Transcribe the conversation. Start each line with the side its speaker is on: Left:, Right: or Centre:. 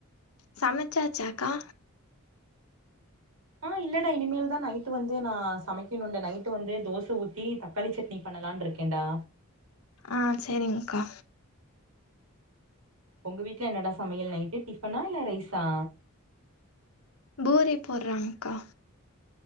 Left: சமச்சாச்சாக்கா
Right: ஆ இல்லடா இனிமேல் தா நைட்டுவந்து நா சமைக்கணுடா நைட்டு வந்து தோச ஊத் த்தி தக்காளி சட்னி பண்ணலான்ருக்கேன்டா
Left: ஆ சேரிங்க்கா
Right: ஒங்க வீட்ல என்னடா சமையல் நைட்டு டிஃபனா இல்ல ரைஸா
Left: பூரி போட்றாங்கக்கா